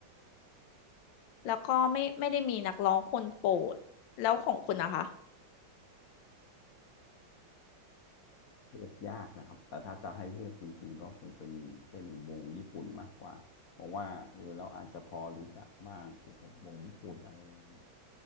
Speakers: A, on the left (about 70°); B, on the left (about 55°).
A: แล้วก็ไม่ไม่ได้มีนักร้องคนโปรดแล้วของคุณนะคะ
B: เลือกยากนะครับแต่ถ้าจะให้เลือกจริงๆก็คงเป็นเป็นวงญี่ปุ่นมากกว่า เพราะว่าเออเราอาจจะพอรู้จักบ้างเกี่ยวกับวงญี่ปุ่นอะไรอย่างเงี้ยครับ